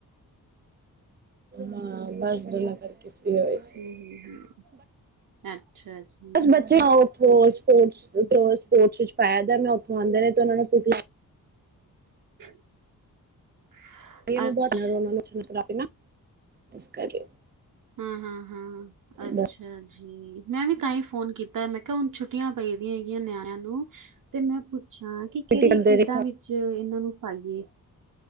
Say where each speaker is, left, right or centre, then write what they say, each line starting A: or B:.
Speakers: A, on the right (about 30°); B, on the right (about 65°).
A: ਹਾਂ ਬਸ <unintelligible> ਕਰਕੇ ਫ੍ਰੀ ਹੋਏ ਸੀ।
B: ਹੂੰ-ਹੂੰ, ਹੂੰ ਅੱਛਾ ਜੀ।
A: ਬਸ ਬੱਚਿਆਂ ਉਥੋਂ ਸਪੋਰਟਸ-ਸਪੋਰਟਸ ਵਿੱਚ ਪਾਇਆ ਦਾ ਮੈਂ, ਉਥੋਂ ਆਉਂਦੇ ਨੇ ਤੇ ਉਹਨਾ ਨੂੰ ਭੁੱਖ ਲੱਗ
B: <inaudible>
A: <unintelligible>
B: ਅੱਛ
A: ਇਸ ਕਰਕੇ।
B: ਹਾਂ-ਹਾਂ, ਹਾਂ ਅੱਛ
A: ਬਸ
B: ਅੱਛਾ ਜੀ, ਮੈਂ ਵੀ ਤਾਂਹੀ ਫੋਨ ਕੀਤਾ ਮੈਂ ਕਿਹਾ ਹੁਣ ਛੁੱਟੀਆ ਪਈ ਦੀਆ ਹੈਗੀਆ ਨਿਆਣਿਆ ਨੂੰ। ਤੇ ਮੈਂ ਪੁੱਛਾ ਕਿ ਕਿਹੜੀ
A: ਕਰਦੇ
B: ਖੇਡਾਂ
A: ਰਹੇ।
B: ਵਿੱਚ ਇਹਨਾ ਨੂੰ ਪਾਈਏ।